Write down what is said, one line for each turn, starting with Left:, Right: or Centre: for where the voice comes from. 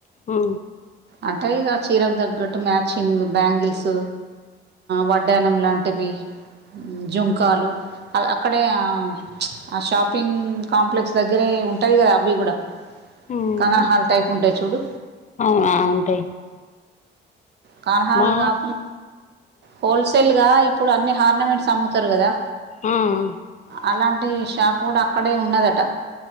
Left: ఉ
Right: అంటే ఇగ చీరకు తగ్గట్టు మ్యాచింగ్ బ్యాంగిల్స్ వడ్డానం లాంటివి జుంకలు అక్కడే ఆ ఆ షాపింగ్ కాంప్లెక్స్ దగ్గరే ఉంటది కదా అవి కూడ
Left: ఆ ఆ
Right: కానహన్ టైపు ఉంటాయి చూడు
Left: అవునా ఉంటాయి
Right: కణహాలు
Left: మా
Right: కాకుం హోల్సేల్గా ఇప్పుడు అన్ని హార్నమెంట్స్ అమ్ముతారు కదా
Left: ఆ ఆ
Right: అలాంటి షాపు కూడ అక్కడే ఉన్నదట